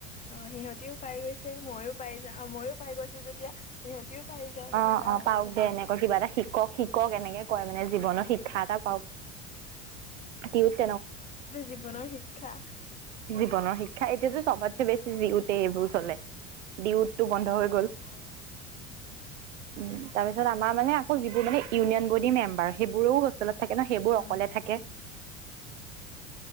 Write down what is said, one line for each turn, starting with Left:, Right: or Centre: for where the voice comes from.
Left: অ সিহঁতিও পাই গৈছে। মইয়ো পাই যা ময়ো পাই গৈছো যেতিয়া সিহঁতিও, পাই যাওক
Right: অ
Left: এনেকা
Right: অ
Left: মানে
Right: পাওক দে এনেক কিবা এটা! শিকক শিক কওক এনেকে কয় মানে জীৱনৰ
Left: উম
Right: শিক্ষা এটা পাওঁক। ডিউত
Left: তোৰ জীৱনৰ শিক্ষা
Right: জীৱনৰ শিক্ষা এতিয়াতো চবছে বেছি জিউতে এইবোৰ চলে ডিউতো বন্ধ হৈ গ'ল
Left: হয়
Right: উম তাৰ পিছত আমাৰ মানে আকৌ যিবোৰ মানে ইউনিয়ন বডি মেম্বাৰ সেইবোৰৰেও হোষ্টেলত থাকে ন সেইবোৰ
Left: উম
Right: অকলে থাকে